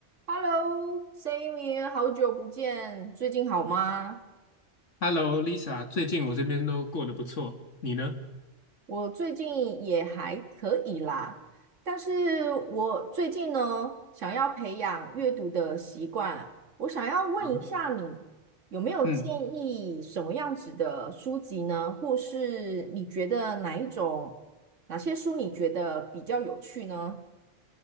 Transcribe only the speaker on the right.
Hello, Sammy，好久不见，最近好吗？
我最近也还可以啦，但是我最近呢，想要培养阅读的习惯，我想要问一下你，
有没有建议什么样子的书籍呢？
或是你觉得哪一种，哪些书你觉得比较有趣呢？